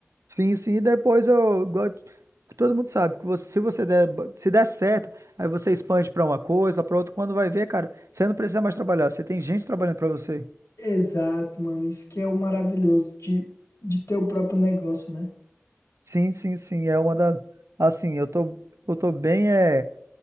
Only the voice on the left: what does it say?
Exato, mano. Isso que é o maravilhoso de, de ter o próprio negócio, né?